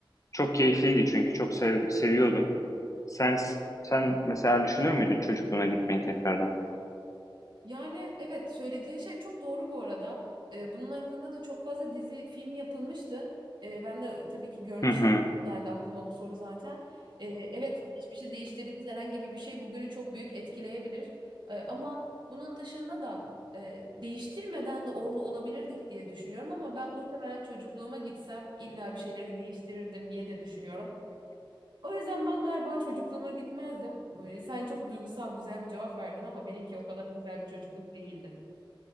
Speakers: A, on the left; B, on the right.
A: Çok keyifliydi çünkü çok sev seviyordum. Sen sen mesela düşünür müydün çocukluğuna gitmeyi tekrardan?
B: Yani evet söylediğin şey çok doğru bu arada. Ee, bunun hakkında da çok fazla dizi, film yapılmıştı. Ee, ben de tabii ki görmüştüm.
A: Hı hı.
B: Geldi aklıma bu soru zaten. Ee, evet geçmişi değiştirdiğimiz herhangi bir şey bugünü çok büyük etkileyebilir. Ee, ama bunun dışında da e, değiştirmeden de orada olabilirdik diye düşünüyorum. Ama ben muhtemelen çocukluğuma gitsem illa bir şeyleri değiştirirdim diye de düşünüyorum. O yüzden ben galiba çocukluğuma gitmezdim. Ee, Sen çok duygusal güzel bir cevap verdin ama benimki o kadar güzel bir çocukluk değildi.